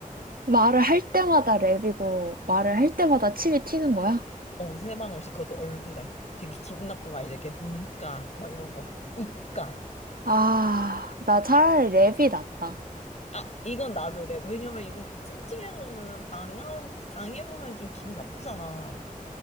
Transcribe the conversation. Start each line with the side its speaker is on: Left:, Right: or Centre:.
Right: 말을 할 때마다 랩이고, 말을 할 때마다 침이 튀는 거야?
Left: 어, 세 방울씩 그것도 얼굴에 되게 기분 나쁜 거 알죠 이렇게 눈가 막 이런 거 입가
Right: 아, 나 차라리 랩이 낫다.
Left: 아 이건 나도 그래 왜냐면 이거 찜찜한 거는 당해 당해보면 좀 기분 나쁘잖아